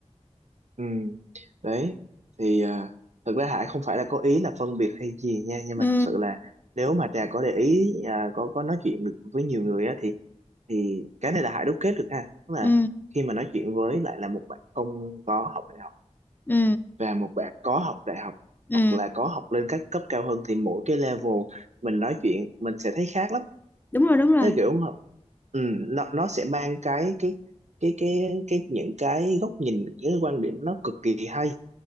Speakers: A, on the right; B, on the left.
A: Ừ, đấy thì à, thực ra Hải không phải là có ý là phân biệt hay gì nha nhưng
B: ừ
A: mà thật sự là nếu mà Trà có để ý à, có có nói chuyện được với nhiều người á thì thì cái này là Hải đúc kết được ha tức là
B: ừ
A: khi mà nói chuyện với lại là một bạn không có học đại học
B: ừ
A: và một bạn có học đại học
B: ừ
A: hoặc là có học lên các cấp cao hơn thì mỗi cái level mình nói chuyện mình sẽ thấy khác lắm
B: đúng rồi đúng rồi
A: cái kiểu mà- ừ, nó nó sẽ mang cái cái cái cái cái những cái góc nhìn những cái quan điểm nó cực kỳ hay